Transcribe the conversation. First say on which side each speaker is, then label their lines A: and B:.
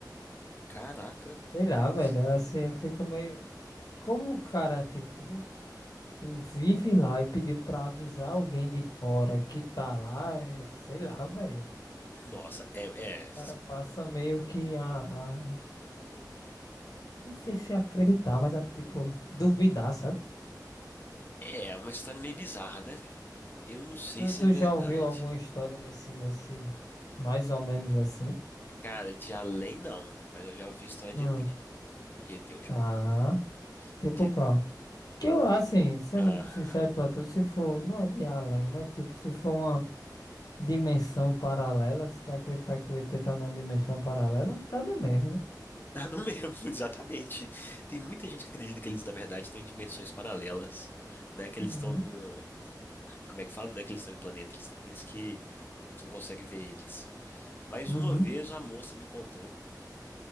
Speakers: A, on the left; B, on the left.
A: Caraca.
B: sei lá,
A: Isso.
B: velho, assim, eu fico meio... Como o cara, tipo, vive lá e pediu pra avisar alguém de fora que tá lá, é, sei lá, velho.
A: Nossa, é, é.
B: O cara passa meio que a, a- Não sei se acreditar, mas a, tipo, duvidar, sabe?
A: É uma história meio bizarra, né? Eu não sei
B: Tu,
A: se
B: tu
A: é verdade.
B: já ouviu alguma história nesse, nesse. Mais ou menos assim?
A: Cara, de além não, mas eu já ouvi história
B: Hum,
A: de ET. De ET eu já
B: tá.
A: ouvi.
B: Tipo
A: De...
B: qual? Que eu, assim, sendo
A: Ah,
B: sincero pra tu, se for. Não é de além, mas, tipo, se for uma dimensão paralela, se tu acreditar que o ET tá numa dimensão paralela, tá no mesmo, né?
A: <laughs> não mesmo, <laughs> exatamente. Tem muita gente que acredita que eles, na verdade, estão em dimensões paralelas, né? Que
B: Uhum,
A: eles estão no. Como é que fala, né? Que eles estão em planetas. Por isso que a gente não consegue ver eles. Mas
B: uhum,
A: uma vez a moça me contou.